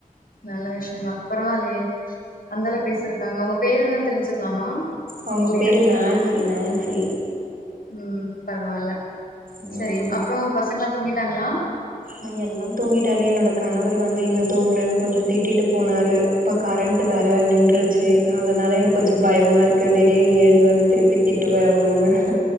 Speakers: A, on the left; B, on the right.
A: நல்ல விஷயந்தா பரவால்லயே அந்தல பேசிருக்காங்க உங்க பேர் என்னனு தெரிஞ்சுக்கலாமா
B: அவங்க
A: இல்லையா
B: பேரு நான்சி நான்சி
A: ம் பரவால
B: ம்
A: சரி அப்றோ பசங்களா தூங்கிட்டாங்களா
B: ஆ எல்லா தூங்கிட்டாரு என்னோட கணவர் வந்து இன்னு தூங்கலன் கொஞ்சோ திட்டிட்டு போனாரு இப்ப கரண்ட் வேற நின்றுச்சு அதனால எனக்கு கொஞ்சோ பயமா இருக்கு திடீர்னு எழுந்து வந்து திருப்பி திட்டு வரோன்னு